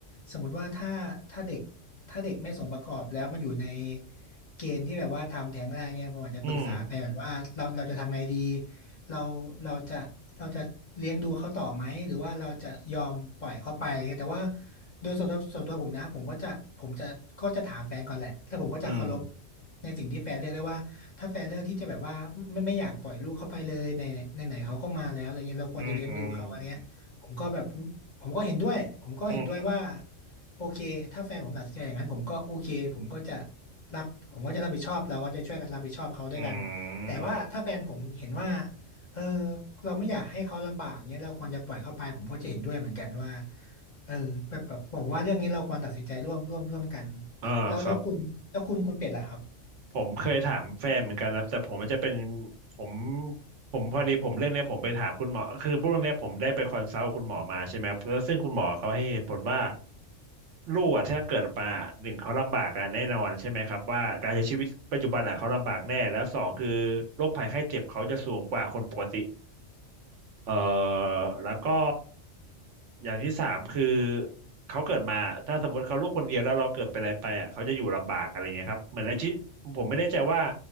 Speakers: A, on the left (about 45°); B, on the right (about 75°).
A: สมมติว่าถ้าถ้าเด็กถ้าเด็กไม่สมประกอบแล้วมันอยู่ใน เกณฑ์ที่แบบว่าทำแท้งได้เงี้ยผมอาจจะปรึกษาแฟนแบบว่าเราเราจะทำไงดี
B: อืม
A: เราเราจะเราจะเลี้ยงดูเขาต่อไหมหรือว่าเราจะยอมปล่อยเขาไปอะไรเงี้ยแต่ว่าโดยส่วนตัวส่วนตัวผมนะผมก็จะผมจะก็จะถามแฟนก่อนแหละแล้วผมก็จะเคารพ
B: อืม
A: ในสิ่งที่แฟนเลือกได้ว่าถ้าแฟนเลือกที่จะแบบว่าไม่ไม่อยากปล่อยลูกเข้าไปเลยในในไหนๆเขาก็มาแล้วอะไรเงี้ยเราควรจะเลี้ยงดูเขาอะไรเงี้ยผมก็แบบ
B: อืม
A: ผมก็เห็นด้วยผมก็เห็นด้วยว่า
B: อืม
A: โอเคถ้าแฟนผมตัดสินใจอย่างนั้นผมก็โอเคผมก็จะรับผมก็จะรับผิดชอบเราก็จะช่วยกันรับผิดชอบเขาด้วยกันแต่ว่าถ้าแฟนผมเห็นว่า
B: อืมอ
A: เออเราไม่อยากให้เขาลำบากเนี้ยเราควรจะปล่อยเขาไปผมก็จะเห็นด้วยเหมือนกันว่าเออแบบแบบบอกว่าเรื่องนี้เราควรตัดสินใจร่วมร่วมร่วมกัน
B: มอ่าครับ
A: แล้วแล้วคุณแล้วคุณคุณเป็ดล่ะครับ
B: ผมเคยถามแฟนเหมือนกันครับแต่ผมมันจะเป็นผมผมพอดีผมเรื่องเนี้ยผมไปถามคุณหมอคือเรื่องเนี้ยผมได้ไปคอนซัลท์กับคุณหมอมาใช่ไหมครับแล้วซึ่งคุณหมอเขาให้เหตุผลว่าลูกอะถ้าเกิดมาหนึ่งเขาลำบากกันแน่นอนใช่ไหมครับว่าการใช้ชีวิตปัจจุบันอะเขาลำบากแน่แล้วสองคือโรคภัยไข้เจ็บเขาจะสูงกว่าคนปกติ เออแล้วก็อย่างที่สามคือเขาเกิดมาถ้าสมมติเขาลูกคนเดียวแล้วเราเกิดเป็นอะไรไปอ่ะเขาจะอยู่ลำบากอะไรเงี้ยครับเหมือนอาชีพผมไม่แน่ใจว่า